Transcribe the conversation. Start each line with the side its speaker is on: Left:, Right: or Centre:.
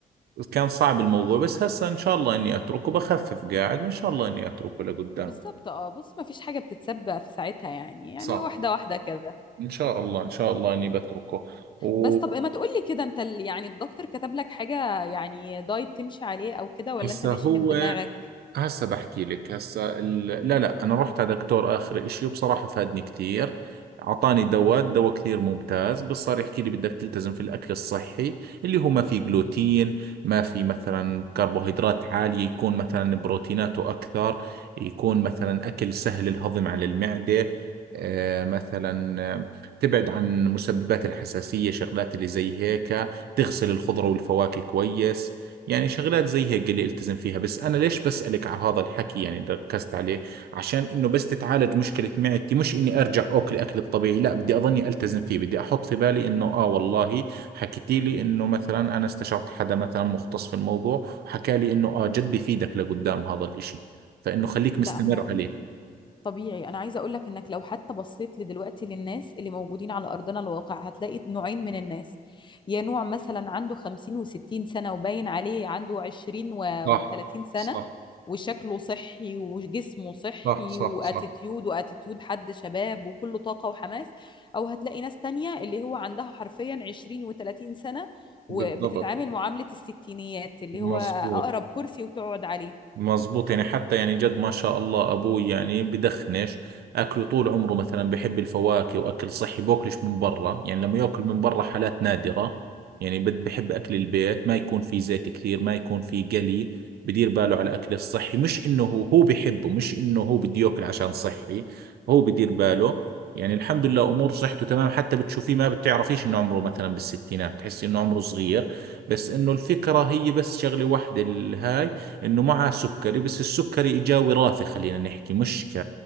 Right: كان صعب الموضوع بس هسا إن شاء الله إني أتركه بخفف قاعد وإن شاء الله إني أتركه لقدام
Left: بالظبط اه بص ما فيش حاجه بتتسبق في ساعتها يعني يعني
Right: صح
Left: واحده واحده كده
Right: ان شاء الله ان شاء الله اني بتركه و
Left: بس طب ما تقولي كده انت ال- يعني الدكتور كتب لك حاجه يعني دايت تمشي عليه او كده ولا
Right: هسا
Left: انت ماشي
Right: هو
Left: من دماغك
Right: هسه بحكي لك هسه ال... لا لا انا رحت على دكتور اخر اشي وبصراحة فادني كثير اعطاني دواء دواء كثير ممتاز بس صار يحكي لي بدك تلتزم في الاكل الصحي اللي هو ما في جلوتين ما في مثلا كربوهيدرات عالية يكون مثلا بروتيناته اكثر يكون مثلا اكل سهل الهضم على المعدة آه مثلا آه، تبعد عن مسببات الحساسية شغلات اللي زي هيك تغسل الخضرة والفواكه كويس يعني شغلات زي هيك اللي التزم فيها بس انا ليش بسألك على هذا الحكي يعني ركزت عليه عشان انه بس تتعالج مشكلة معدتي مش اني ارجع اكل اكل الطبيعي لا بدي اظني التزم فيه بدي احط في بالي انه اه والله حكيتي لي انه مثلا انا استشرت حدا مثلا مختص في الموضوع حكى لي انه اه جد بفيدك لقدام هذا الاشي فانه خليك مستمر
Left: لا ما
Right: عليه
Left: طبيعي انا عايزه اقول لك انك لو حتى بصيت لدلوقتي للناس اللي موجودين على ارضنا الواقع هتلاقي نوعين من الناس يا نوع مثلا عنده 50 و60 سنه وباين عليه عنده 20 و30
Right: صح
Left: سنه
Right: صح
Left: وشكله صحي وجسمه صحي
Right: صح صح
Left: واتيتيود
Right: صح
Left: واتيتيود حد شباب وكله طاقه وحماس او هتلاقي ناس تانية اللي هو عندها حرفيا 20 و30 سنه وبتتعامل
Right: بالضبط
Left: معامله الستينيات اللي
Right: مظبوط
Left: هو اقرب كرسي وتقعد عليه
Right: مزبوط يعني حتى يعني جد ما شاء الله ابوي يعني بدخنش اكله طول عمره مثلا بحب الفواكه واكل صحي بوكلش من برا يعني لما ياكل من برا حالات نادرة يعني بد- بحب اكل البيت ما يكون في زيت كثير ما يكون في قلي بدير باله على الاكل الصحي مش انه هو هو بحبه مش انه هو بده ياكل عشان صحي هو بدير باله يعني الحمد لله امور صحته تمام حتى بتشوفيه ما بتعرفيش انه عمره مثلا بالستينات تحسي انه عمره صغير بس انه الفكرة هي بس شغلة واحدة الهاي انه معه سكري بس السكري اجاه وراثي خلينا نحكي مش ك